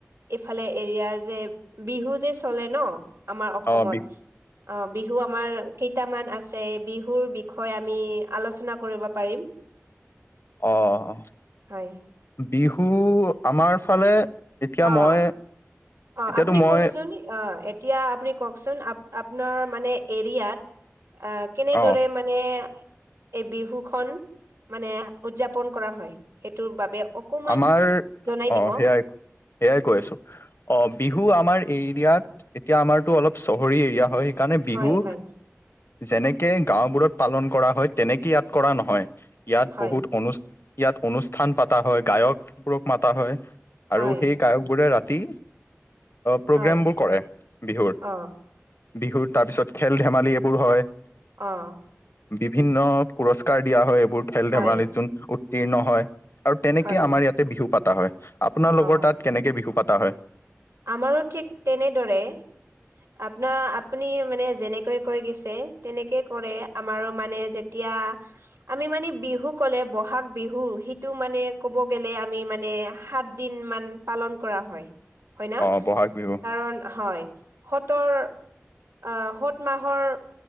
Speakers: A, on the right; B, on the left.
A: ইফালে এৰিয়াৰ যে বিহু যে চলে ন আমাৰ অসমত
B: অ বি
A: অ বিহু আমাৰ কেইটামান আছে বিহুৰ বিষয়ে আমি আলোচনা কৰিব পাৰিম
B: অ অ
A: হয়।
B: বিহু আমাৰ ফালে এতিয়া
A: অ
B: মই এতিয়াতো
A: অ আপুনি
B: মই
A: কওকচোন অ' এতিয়া আপুনি কওকচোন আ আপোনাৰ মানে এৰিয়াত কেনেদৰে
B: অ
A: মানে এই বিহু খন মানে উদযাপন কৰা হয় সেইটোৰ বাবে অকমান
B: আমাৰ
A: জনাই দিব
B: অ' সেয়াই সেয়াই কৈ আছো অ' বিহু আমাৰ এৰিয়াত এতিয়া আমাৰতো অলপ চহৰী এৰিয়া হয়, সেইকাৰণে বিহু
A: হয় হয়
B: যেনেকে গাওঁবোৰত পালন কৰা হয় তেনেকে ইয়াত কৰা নহয়। ইয়াত
A: হয়
B: বহুত অনুষ্ঠান ইয়াত অনুষ্ঠান পাতা হয় গায়কবোৰক মাতা হয়, আৰু
A: হয়
B: সেই গায়কবোৰে ৰাতি প্ৰগ্ৰেমবোৰ
A: হয়
B: কৰে বিহুত।
A: অ
B: বিহুৰ তাৰ পিছত খেল ধেমালি এইবোৰ হয়।
A: অ'
B: বিভিন্ন পুৰস্কাৰ দিয়া হয় এইবোৰ খেল
A: হয়
B: ধেমালিত যোন উত্তীৰ্ণ হয় আৰু
A: হয়
B: ততিয়া আমাৰ ইয়াতে বিহু পাতা হয়। আপোনালোকৰ
A: অ
B: তাত কেনেকে বিহু পাতা হয়।
A: আমাৰো ঠিক তেনেদৰে আপোনাৰ আপুনি মানে যেনেকৈ কৈ গৈছে তেনেকে কৰে আমাৰো মানে যে এতিয়া আমি মানে বিহু ক'লে বহাগ বিহু সিটো মানে ক'ব গ'লে আমি মানে সাত দিন মান পালন কৰা হয় হয় ন
B: অ বহাগ বিহু
A: কাৰণ হয় স'তৰ আহ স'ত মাহৰ